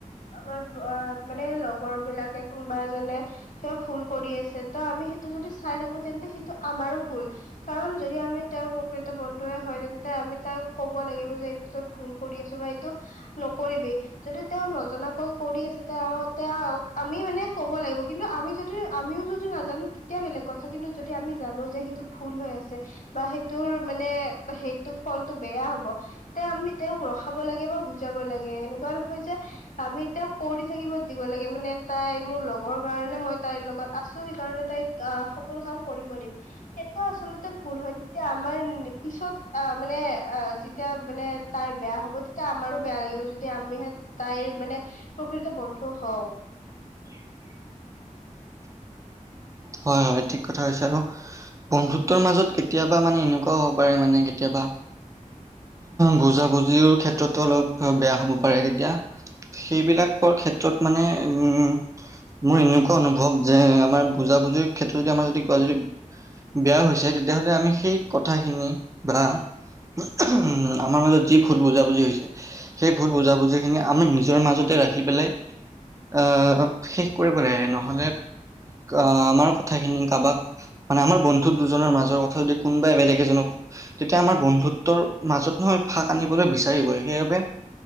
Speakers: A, on the left; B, on the right.
A: আমাৰ অ মানে লগৰ বিলাকে কোনোবা এজনে সি ভুল কৰি আছে, তো আমি টো যদি চাই থাকো। তেন্তে সেইটো আমাৰো ভুল। কাৰণ যদি আমি তেওঁৰ প্ৰকৃত বন্ধে হয়। তেন্তে আমি তাক ক'ব লাগিব যে এইটো তই ভুল কৰি আছ। সেইটো নকৰিবি। যদি তেওঁ নজনাকৈ কৰি আছে তেওঁ তেওঁ আমি মানে। ক'ব লাগিব। কিন্তু আমি যদি আমিও যদি নাজানো, তেতিয়া বেলেগ কথা কিন্তু যদি আমি জানো যে সেইটো। ভূল হৈ আছে বা সেইটোৰ মানে সেইটো ফলটো বেয়া হ'ব তে আমি। খাব লাগে বা বুজাব লাগে এনেকুৱা নহয় যে আমি তেওঁক কৰি থাকিব দিব লাগে। মানে তাই মোৰ লগৰ কাৰণে মই তাইৰ লগত আছো। সেইকাৰণে তাইক আহ সকলো কাম কৰিব দিম সেনে। আচলতে ভুল হয়। তেতিয়া আমাৰ পিছত অ মানে অ যেতিয়া মানে তাইৰ বেয়া। বেয়া হ'ব। তেতিয়া আমাৰো বেয়া লাগিব যদি আমি তাইৰ মানে প্ৰকৃত বন্ধু হওঁ।
B: <unintelligible> হয়, হয় ঠিক কথা হৈছে বা। আৰু বন্ধুত্বৰ মাজত কেতিয়াবা মানে এনেকুৱাও হ'ব পাৰে। মানে কেতিয়াবা বুজাবুজিৰ ক্ষেত্ৰতো অলপ বেয়া হ'ব পাৰে। তেতিয়া সেইবিলাকৰ ক্ষেত্ৰত মানে উম মোৰ এনেকুৱা অনুভৱ, যে আমাৰ বুজাবুজিৰ ক্ষেত্ৰত যদি আমাৰ যদি কোৱা যদি বেয়া হৈছে। তেতিয়াহ'লে আমি সেই কথাখিনি বা উম। আমাৰ মাজত যি ভুল বুজাবুজি হৈছে সেই ভুল বুজাবুজি খিনি। আমি নিজৰ মাজতে ৰাখি পেলাই। আহ শেষ কৰিব লাগে নহ'লে অ আমাৰ কথাখিনি কাৰোবাক মানে আমাৰ বন্ধু দুজনৰ মাজৰ কথা য কোনোবাই বেলেগ এজনক। তেতিয়া আমাৰ বন্ধুত্বৰ মাজত নহয়, ফাঁক আনিবলৈ বিচাৰিবই। সেইবাবে